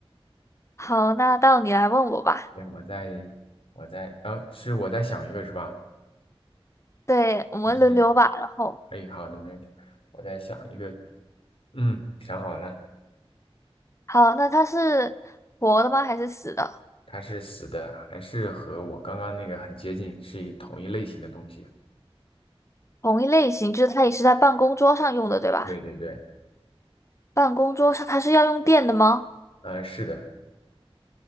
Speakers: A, on the left (about 30°); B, on the left (about 65°).
A: 好，那到你来问我吧。
B: 对，我在，我在，呃，是我在想一个是吧？
A: 对，我们轮流吧。
B: 还是，
A: 然后，
B: 哎，好的，没问题。我在想一个，嗯，想好了，
A: 好，那它是活的吗？还是死的？
B: 它是死的，还是和我刚刚那个很接近，是一同一类型的东西？
A: 同一类型，就是它也是在办公桌上用的，对吧？
B: 对对对，
A: 办公桌上它是要用电的吗？
B: 呃，是的，